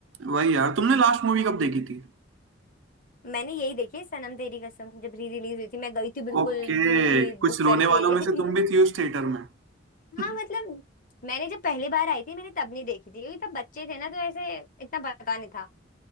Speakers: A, on the right (about 75°); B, on the left (about 45°).
A: वही यार तुमने लास्ट मूवी कब देखी थी
B: मैंने यही देखी सनम तेरी कसम जब री रिलीज हुई थी मैं गई थी बिल्कुल
A: ओके
B: मूवी
A: कुछ
B: बुक करके
A: रोने वालों में
B: <laughs>
A: से तुम भी थी उस थिएटर में <laughs>
B: हाँ मतलब मैंने जब पहली बार आई थी मैंने तब नहीं देखी थी क्योंकि तब बच्चे थे ना तो ऐसे इतना पता नहीं था